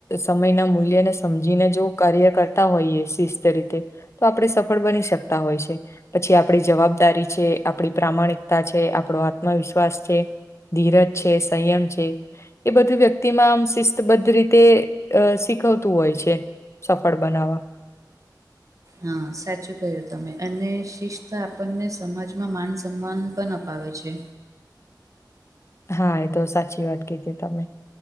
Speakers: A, on the left; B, on the right.
A: સમયના મૂલ્યને સમજીને જો કાર્ય કરતા હોઈએ શિસ્ત રીતે તો આપણે સફળ બની શકતા હોય છે. પછી આપણી જવાબદારી છે, આપણી પ્રામાણિકતા છે, આપણો આત્મવિશ્વાસ છે. ધીરજ છે સંયમ છે એ બધું વ્યક્તિમાં આમ શિસ્તબદ્ધ રીતે અ શીખવતું હોય છે, સફળ બનાવવા.
B: હા સાચું ક્યું તમે અને શિસ્ત આપણને સમાજમાં માન સન્માન પણ અપાવે છે.
A: હા એ તો સાચી વાત કીધી તમે